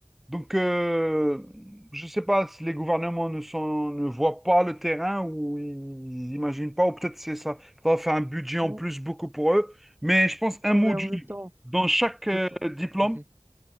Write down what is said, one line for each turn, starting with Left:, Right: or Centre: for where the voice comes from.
Centre: Donc, euh, je ne sais pas si les gouvernements ne sont, ne voient pas le terrain ou ils n'imaginent pas, ou peut-être c'est ça, ça va faire un budget en
Right: Non,
Centre: plus beaucoup pour eux. Mais je pense un
Right: non,
Centre: module
Right: mais en même temps,
Centre: dans chaque
Right: je,
Centre: euh,
Right: t-
Centre: diplôme,
Right: Mhm.